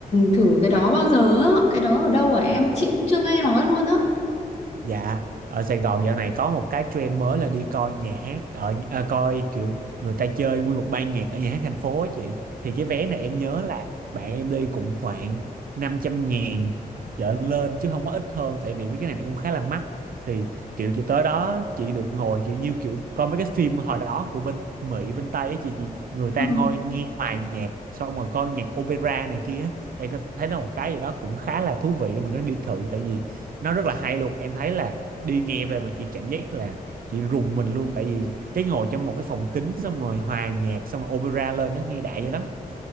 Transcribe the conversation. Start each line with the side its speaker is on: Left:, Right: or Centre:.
Left: thử cái đó bao giờ á. Cái đó ở đâu hả em? Chị cũng chưa nghe nói luôn á.
Right: Dạ, ở Sài Gòn dạo này có một cái trend mới là đi coi nhà hát ở à, coi kiểu người ta chơi nguyên một ban nhạc ở nhà hát thành phố á chị. Thì cái vé này em nhớ là bạn em đi cũng khoảng năm trăm ngàn trở lên chứ không có ít hơn tại vì mấy cái này nó cũng khá là mắc. Thì kiểu chị tới đó chị được ngồi kiểu như kiểu coi mấy cái phim hồi đó của bên Mỹ bên Tây ấy chị, chị người ta
Left: ừ.
Right: ngồi nghe hòa nhạc xong rồi coi nhạc opera này kia em có thấy nó một cái gì đó cũng khá là thú vị để mình nó đi thử tại vì nó rất là hay luôn em thấy là đi nghe về mà chị cảm giác là chị rùng mình luôn tại vì cái ngồi trong một cái phòng kính xong rồi hòa nhạc xong rồi opera lên đó nghe đại dữ lắm